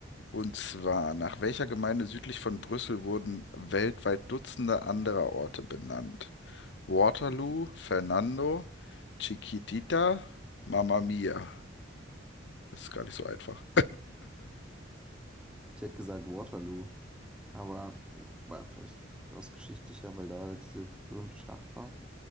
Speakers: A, on the left (about 60°); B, in the centre.
A: und zwar, nach welcher Gemeinde südlich von Brüssel wurden weltweit Dutzende anderer Orte benannt? Waterloo, Fernando, Chiquitita, Mamma Mia. Das ist gar nicht so einfach.
B: Ich hätte gesagt Waterloo, aber mh, war vielleicht aus geschichtlicher, weil da halt diese berühmte Schlacht war.